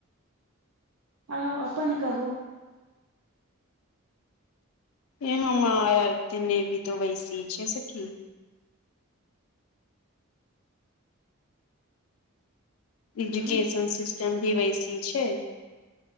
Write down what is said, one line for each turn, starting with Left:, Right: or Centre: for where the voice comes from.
Right: आ अपन कहू
Left: एनू मा हमर तऽ वैसी छै सखी एजुकेशन
Right: हूँ
Left: सिस्टम भी ओइसी छै